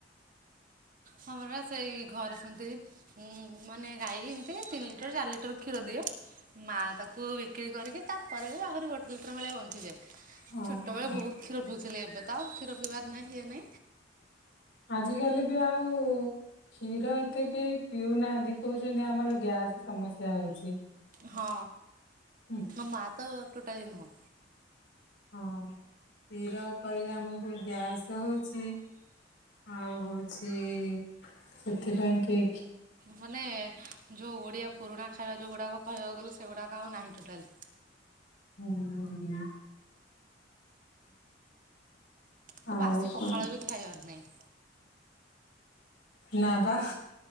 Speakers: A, on the right; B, on the left.
A: ହଁମର ସେଇ ଘରେ ସେମିତି ଉ ମାନେ ଗାଈ ଏମତି ତିନି ଲିଟର ଚାରି ଲିଟର କ୍ଷୀର ଦିଏ। ମା ତାକୁ ବିକ୍ରି କରିକି ତାପରେ ବି ଆଖରି ଗୋଟେ ଲଟର ଭଳିଆ ବନ <unintelligible>
B: ହଁ
A: ଛୋଟବେଳେ
B: ହଁ।
A: ବହୁତ କ୍ଷୀର ପିଉଥିଲେ ଏବେ ତ ଆଉ କ୍ଷୀର ପିଇବାର ନାହିଁ। ଏଇନା
B: ଆଜିକାଲି ବି ଆଉ। କ୍ଷୀର ଏତେ କେହି ପିଉନାହାନ୍ତି କହୁଛନ୍ତି ଆମର ଗ୍ୟାସ ସମସ୍ୟା ହଉଛି।
A: ହଁ
B: ହୁଁ
A: ମୋ ମା ତ। ଟୋଟାଲି ନୁହଁ।
B: ହଁ କ୍ଷୀର କହିବା ଆମକୁ ଗ୍ୟାସ୍ ହଉଛି। ଆଉ ହଉଛି। ସେଥିପାଇଁ କି।
A: ମାନେ ଯୋଉ ଓଡିଆ ପୁରୁଣା ଖାଇବା ଯୋଉ ଗୁଡାକ କହିବାକୁ ଗଲେ। ସେଗୁଡ଼ା ଆଉ ନାହି ଟୋଟାଲି।
B: ହୁଁ ହ ନା।
A: ତ
B: ଆଉ
A: ବାସି ପଖାଳ
B: କଣ
A: ବି କି ଖଇବାର ନାହିଁ।
B: ନପା